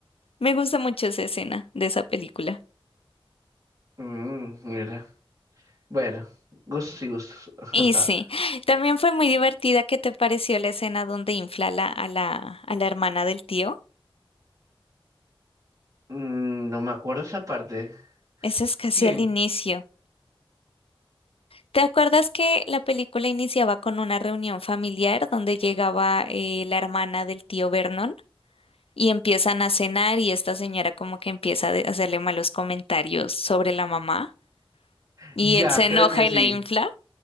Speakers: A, on the left; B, on the right.
A: Me gusta mucho esa escena de esa película.
B: Mm, mira. Bueno, gustos y gustos. <laughs>
A: Y sí, también fue muy divertida. ¿Qué te pareció la escena donde infla la- a la, a la hermana del tío?
B: Mm, no me acuerdo esa parte.
A: Eso es casi
B: ¿Quién?
A: al inicio. ¿Te acuerdas que la película iniciaba con una reunión familiar donde llegaba eh, la hermana del tío Vernon? y empiezan a cenar y esta señora como que empieza a de- hacerle malos comentarios sobre la mamá y
B: Ya,
A: él se enoja
B: creo que
A: y
B: sí.
A: la infla.